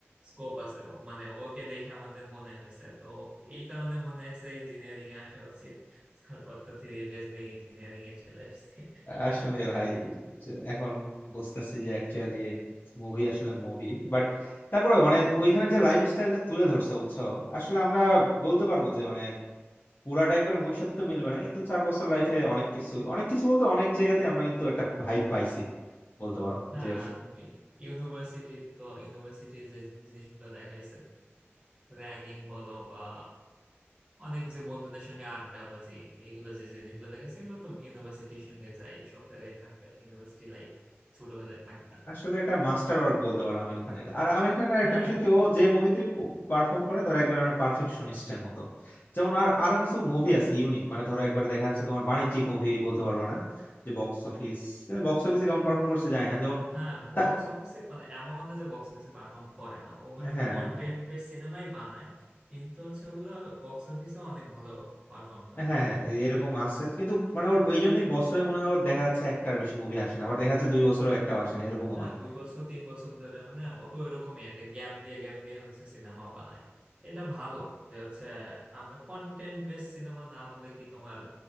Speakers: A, on the right; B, on the left.
A: স্কোপ আছে ও মানে ওকে দেখে আমাদের মনে হয়েছে তো এই কারণে মনে হয়েছে ইঞ্জিনিয়ারিং এ আসা উচিত তারপর তো থ্রি ইয়ার্স দিয়ে ইঞ্জিনিয়ারিং এ চলে আসছে
B: আসলে ভাই যে এখন বুঝতেছি যে অ্যাকচুয়ালি মুভি আসলে মুভি বাট তারপরে মানে ওইখানে যে লাইফ স্টাইলটা তুলে ধরছে বুঝছো আসলে আমরা বলতে পারবো যে মানে পুরাটা একবার মুভির সাথে তো মিলবে না কিন্তু চার বছর লাইফে অনেক কিছু অনেক কিছু বলতে অনেক জায়গাতে আমরা কিন্তু একটা ভাইব পাইছি বলতে পারো
A: হ্যাঁ
B: যে
A: আর ইউনিভার্সিটি তো ইউনিভার্সিটির যে জিনিসগুলো দেখাইছে র্যাগিং বলো বা অনেক কিছু বন্ধুদের সঙ্গে আড্ডাবাজি এইগুলো যে জিনিসগুলো দেখাচ্ছে এগুলো তো ইউনিভার্সিটির সঙ্গে যাই সব জায়গায় থাকবে ইউনিভার্সিটি লাইফ শুরু হলে থাকবে
B: আসলে এটা মাস্টার ওয়ার্ক বলতে পারো আমির খানের আর আমির খানের
A: হ্যাঁ
B: একটা বিষয় কি ও যে মুভিতে পারফর্ম করে ধরো একবার মানে পারফেকশনিস্টের মতো যেমন আর আরো কিছু মুভি আছে ইউনিক মানে ধরো একবারে দেখা যাচ্ছে তোমার বাণিজ্যিক মুভি বলতে পারবা না যে বক্স অফিস বক্স অফিসে কেমন পারফর্ম করছে যায় না যেমন
A: হ্যাঁ বক্স
B: তা-
A: অফিসে মানে এমন না যে বক্স অফিসে পারফর্ম করে না ও
B: হ্যাঁ
A: মানে
B: হ্যাঁ
A: কন্টেন্ট বেস সিনেমাই বানায় কিন্তু হচ্ছে ওগুলো বক্স অফিসে অনেক ভালো পারফর্ম করে
B: হ্যাঁ হ্যাঁ এই- এরকম
A: তো
B: আছে কিন্তু মানে ওর ওই জন্যই বছরে মনে হয় ওর দেখা যাচ্ছে একটার বেশি মুভি আসে না আবার দেখা যাচ্ছে দুই বছরও একটাও আসে না এরকমও
A: হ্যাঁ
B: হয়
A: দুই বছর তিন বছর ধরে মানে ও তো এরকমই একটা গ্যাপ দিয়ে গ্যাপ দিয়ে হচ্ছে সিনেমা বানায় এটা ভালো যে হচ্ছে আমরা কন্টেন্ট বেস সিনেমা না হলে কি তোমার